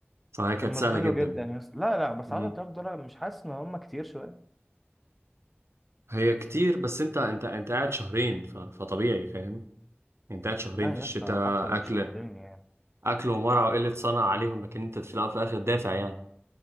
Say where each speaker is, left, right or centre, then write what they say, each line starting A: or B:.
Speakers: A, on the right; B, in the centre.
A: فهي كانت
B: طب ما
A: سهلة
B: ده حلو
A: جدا
B: جدا يا اسطى لا لا بس
A: مم.
B: 10000 دولار مش حاسس ان هم كتير شويه
A: هي كتير بس انت انت انت قاعد شهرين ف- فطبيعي فاهم انت قاعد شهرين
B: لا
A: في
B: يا
A: الشتاء
B: اسطى حتى لو
A: اكل
B: شهرين يعني
A: اكل ومرع وقله صنع عليهم لكن انت في الاول وفي الاخر دافع يعني